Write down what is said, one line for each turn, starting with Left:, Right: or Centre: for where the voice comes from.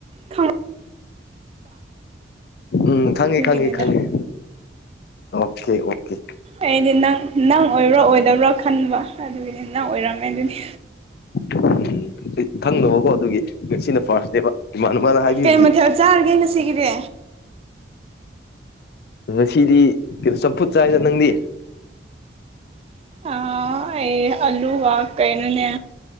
Right: ꯈꯪꯕ꯭ꯔꯥ
Left: ꯎꯝ ꯈꯪꯉꯤ
Right: ꯑꯗꯨꯒꯤꯅꯤꯗ
Left: ꯈꯪꯉꯤ ꯈꯪꯉꯦ ꯑꯣꯀꯦ ꯑꯣꯀꯦ
Right: ꯑꯩꯗꯤ ꯅꯪ ꯅꯪ ꯑꯣꯏꯕ꯭ꯔꯣ ꯑꯣꯏꯗꯕ꯭ꯔꯣ ꯈꯟꯕ ꯑꯗꯨꯒꯤꯗꯤ ꯅꯪ ꯑꯣꯏꯔꯝꯃꯦ ꯑꯗꯨꯗꯤ
Left: ꯎꯝ ꯑꯩ ꯊꯪꯗꯕꯀꯣ ꯑꯗꯨꯒꯤ ꯉꯁꯤꯅ ꯐꯥꯔꯁꯅꯦꯕ ꯏꯃꯥꯅ ꯃꯥꯅ ꯍꯥꯏꯕꯤꯕꯒꯤ
Right: ꯀꯩ ꯃꯊꯦꯜ ꯆꯥꯔꯒꯦ ꯉꯁꯤꯒꯤꯗꯤ
Left: ꯑ ꯉꯁꯤꯗꯤ ꯀꯩꯅꯣ ꯆꯝꯐꯨꯠ ꯆꯥꯏꯗ ꯅꯪꯗꯤ
Right: ꯑ ꯑꯩ ꯑꯜꯂꯨꯒ ꯀꯩꯅꯅꯦ